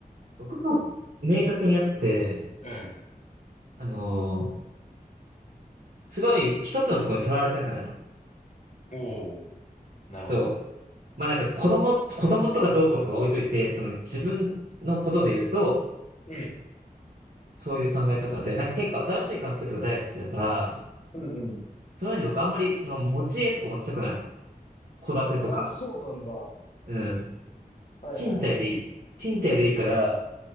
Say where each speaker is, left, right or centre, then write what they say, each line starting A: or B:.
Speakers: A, on the right; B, on the left.
A: 僕も明確にあって、
B: うん。
A: あのーすごい一つのところにとらわれたくないの。
B: おー、なるほど。
A: そう。まあなんか子供、子供とかどうこうとか置いといて、その自分のことで言うと、
B: うん。
A: そういう考え方で、なんか結構新しい環境とか大好きだから、
B: うんうん。
A: そういうので僕あんまりその持ち家とか持ちたくないの。戸建てとか。
B: ああ、そうなんだ。は
A: うん。
B: いはいはい。
A: 賃貸でいい。賃貸でいいから、